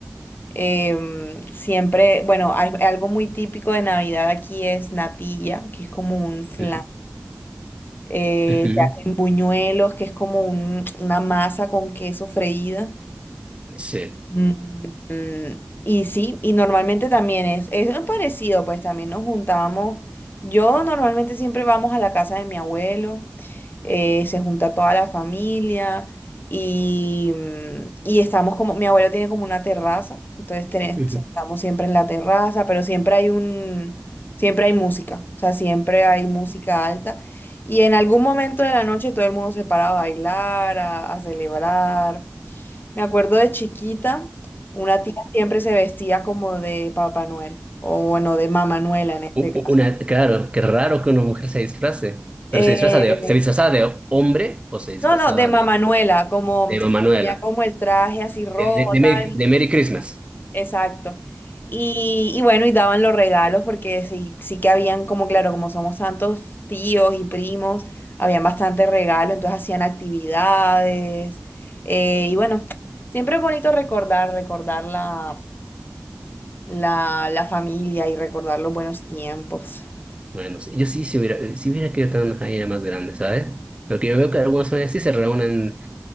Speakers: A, on the left; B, on the right.
A: Em, siempre, bueno, hay, algo muy típico de Navidad aquí es natilla, que es como un flan.
B: ujú,
A: Eh,
B: ujú,
A: se hacen buñuelos, que es como un- una masa con queso freída.
B: Sí.
A: Mm, mm, y sí, y normalmente también es, es parecido, pues también nos juntábamos. Yo normalmente siempre vamos a la casa de mi abuelo eh, se junta toda la familia y, mm, y estamos como, mi abuelo tiene como una terraza, entonces tene-
B: ujú.
A: estamos siempre en la terraza, pero siempre hay un, siempre hay música, o sea, siempre hay música alta. Y en algún momento de la noche todo el mundo se para a bailar, a, a celebrar. Me acuerdo de chiquita, una tía siempre se vestía como de Papá Noel, o bueno, de Mamá Noela en este
B: u- u-
A: caso.
B: Una, claro, qué raro que una mujer se disfrace, pero
A: Eh,
B: se disfraza de, se disfrazaba de hombre o se disfrazaba
A: No, no, de Mamanuela,
B: de,
A: como, o
B: de
A: sea,
B: mamá Manuela,
A: tenía como el traje así rojo,
B: de, de, de
A: tal.
B: Merry, de Merry Christmas.
A: Exacto. Y, y bueno, y daban los regalos porque sí, sí que habían como, claro, como somos tantos tíos y primos, habían bastantes regalos, entonces hacían actividades. eh, y bueno, siempre es bonito recordar, recordar la, la, la familia y recordar los buenos tiempos.
B: Bueno, sí, yo sí, si hubiera, si hubiera querido tener una familia más grande, ¿sabes? Lo que yo veo que algunas familias sí se reúnen,